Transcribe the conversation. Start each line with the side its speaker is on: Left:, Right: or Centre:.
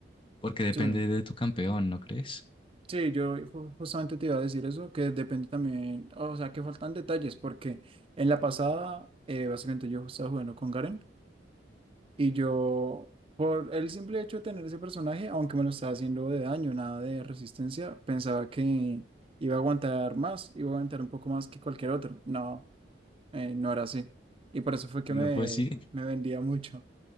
Left: porque depende
Right: Sí,
Left: de tu campeón, ¿no crees?
Right: sí, yo ju- justamente te iba a decir eso, que depende también, o sea, que faltan detalles, porque en la pasada, eh, básicamente yo estaba jugando con Garen y yo, por el simple hecho de tener ese personaje, aunque me lo estaba haciendo de daño, nada de resistencia, pensaba que iba a aguantar más, iba a aguantar un poco más que cualquier otro. No, eh, no era así. Y por eso fue que
Left: No
Right: me,
Left: fue así.
Right: me vendía mucho.